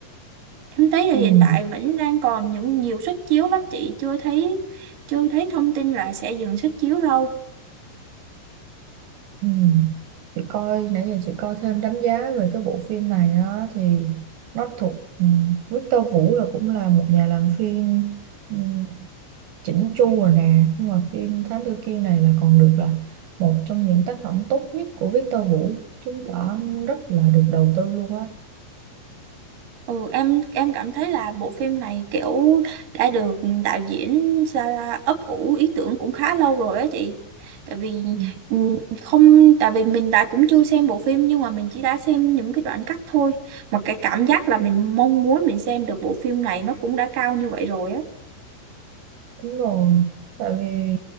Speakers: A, on the right (about 50°); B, on the right (about 70°).
A: Em thấy là
B: ừ
A: hiện tại vẫn đang còn những nhiều suất chiếu lắm chị, chưa thấy chưa thấy thông tin là sẽ dừng suất chiếu đâu.
B: Ừ. Chị coi nãy giờ chị coi thêm đánh giá về cái bộ phim này á thì nó thuộc ừ, Victor Vũ là cũng là một nhà làm phim ừ, chỉnh chu rồi nè nhưng mà phim Thám Tử Kiên này là còn được là một trong những tác phẩm tốt nhất của Victor Vũ chứng tỏ rất là được đầu tư luôn á
A: Ừ, em em cảm thấy là bộ phim này kiểu đã được đạo diễn Sara ấp ủ ý tưởng cũng khá lâu rồi á chị. Tại vì
B: Ừ.
A: ừ, không tại vì mình đã cũng chưa xem bộ phim nhưng mà mình chỉ đã xem những cái đoạn cắt thôi. Mà cái cảm giác là mình mong muốn mình xem được bộ phim này nó cũng đã cao như vậy rồi á.
B: Đúng rồi, tại vì